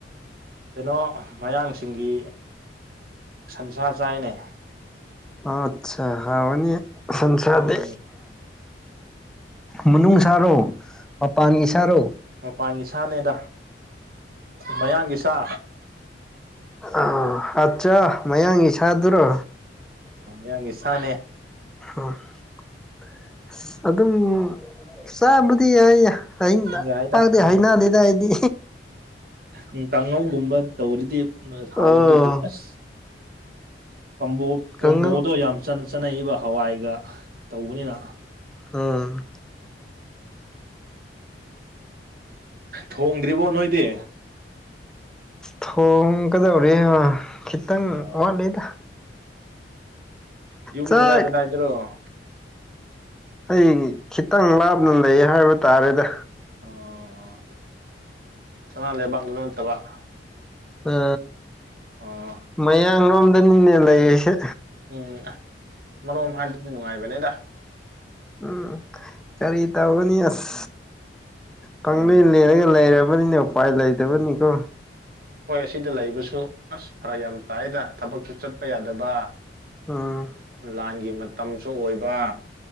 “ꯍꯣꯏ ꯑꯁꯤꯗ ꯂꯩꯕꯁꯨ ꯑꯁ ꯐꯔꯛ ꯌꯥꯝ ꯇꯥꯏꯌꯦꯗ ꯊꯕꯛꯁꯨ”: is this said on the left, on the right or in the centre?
Right